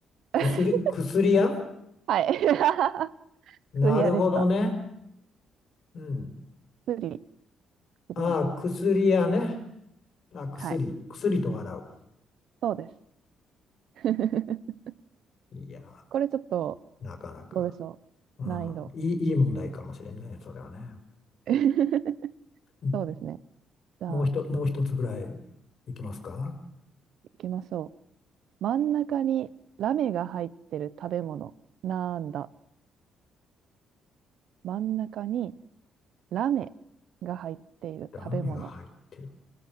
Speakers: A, on the left (about 50°); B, on the right (about 70°).
A: 薬、
B: <laughs>
A: 薬屋
B: はい。<laughs>
A: なるほどね。
B: 薬屋でした。
A: うん。
B: 薬、薬屋。
A: あ、薬屋ね。あ、薬、
B: はい。
A: 薬と笑う。
B: そうです。<laughs>
A: いや
B: これちょっと、
A: ー、なかなか。
B: どうでしょう。
A: うん、
B: 難易度。
A: いい、いい問題かもしれんね、それはね。
B: <laughs>
A: うん、
B: そうですね。じゃあ、
A: もう一、もう一つぐらいいきますか。
B: 行きましょう。真ん中にラメが入ってる食べ物。なんだ。真ん中にラメが入っている食べ物。
A: ラーメンが入ってる。